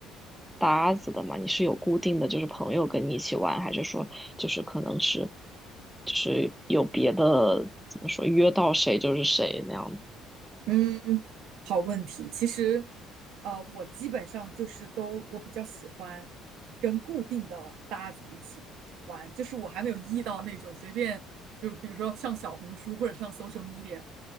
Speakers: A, in the centre; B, on the right.
A: 搭子的嘛？你是有固定的就是朋友跟你一起玩，还是说就是可能是就是有别的怎么说约到谁就是谁那样子？
B: 嗯，好问题。其实呃，我基本上就是都我比较喜欢跟固定的搭子一起玩，就是我还没有遇到那种随便，就比如说上小红书或者上 social media